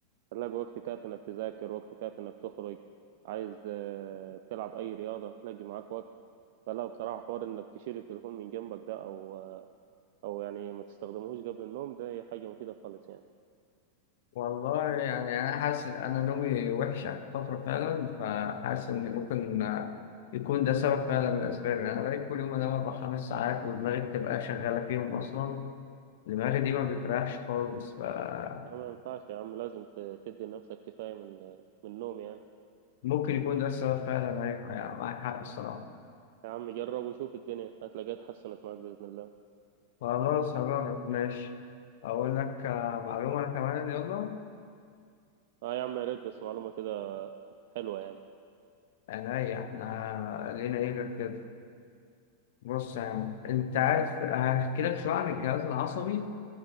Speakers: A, on the right; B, on the left.
A: هتلاقي وقت كافي انك تذاكر وقت كافي انك تخرج عايز آه، تلعب اي رياضة هتلاقي معاك وقت فلا بصراحة حوار انك تشيل التليفون من جنبك ده او آه، او يعني ما تستخدمهوش قبل النوم ده هي حاجة مفيدة خالص يعني
B: والله يعني انا حاسس ان انا نومي وحش اخر فتره فعلا فحاسس ان ممكن آه، يكون ده سبب فعلا من الاسباب يعني انا بقيت كل يوم انام اربع خمس ساعات ودماغي بتبقى شغاله فيهم اصلا دماغي دي ما بتريحش خالص فممكن
A: أنا ما ينفعش يا عم لازم ت- تدي لنفسك كفاية من آه، من النوم يعني
B: يكون ده السبب فعلا ايوه يعني معاك حق الصراحه
A: يا عم جرب وشوف الدنيا هتلاقيها اتحسنت معاك بإذن الله
B: خلاص هجرب ماشي اقول لك آه، معلومه كمان يلا
A: اه يا عم يا ريت بس معلومة كده حلوة يعني
B: انا ايه احنا لينا ايه غير كده بص يا عم انت عارف هحكي لك شويه عن الجهاز العصبي